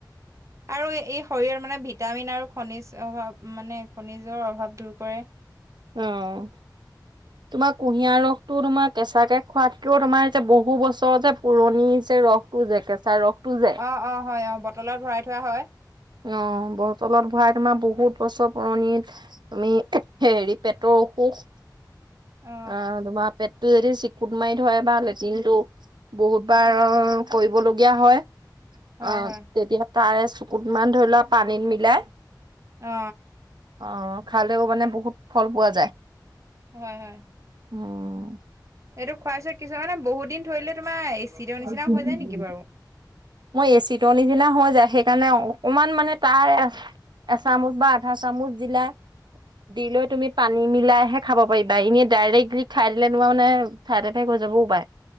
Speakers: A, on the right; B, on the right.
A: আৰু আৰু এই শৰীৰৰ মানে ভিটামিন আৰু খনিজ অভাৱ মানে খনিজৰ অভাৱ দূৰ কৰে।
B: অঁ
A: উ <inaudible>
B: তোমাৰ কুঁহিয়াৰ ৰসতো তোমাৰ কেঁচাকে খোৱাতকেও তোমাৰ এতিয়া বহু বছৰ যে পুৰণি যে ৰস- জ কেচা ৰসতো যে-
A: অঁ অ হয় অঁ বটলত ভৰাই থোৱা হয়।
B: অঁ বতলত ভৰাই তোমাৰ বহুত বছৰ পুৰণি- আমি হেৰি পেটৰ অসুখ,
A: অ
B: আহ তোমাৰ- পেটটো যদি চিকুট মাৰি থয় বা লেটিনটো। বহুত বাৰ কৰিবলগীয়া হয়।
A: হয়
B: অ
A: হয়
B: তেতিয়া তাৰে চুকুত মান ধৰি লোৱা পানীত মিলাই-
A: অ
B: অ খালেও মানে বহুত ফল পোৱা যায়।
A: হয় হয়।
B: অঁ
A: এইটো খোৱাইছে কিছুমানে বহু দিন থৈ দিলে তোমাৰ- এচিডৰ
B: পে
A: নিচিনা
B: <unintelligible>
A: হৈ যায় নেকি বাৰু
B: মই এচিতৰ নিচিনা হৈ যায় সেইকাৰণে অকণমান মানে তাৰ আ- এচামুচ বা আধা চামুচ দিলা। দিলৈ তুমি পানী মিলাইহে খাব পাৰিবা, এনেই ডাইৰেক্টলি খাই দিলে তোমাৰ মানে- চাইদ এফেক্ট হৈ যাব পায়ে।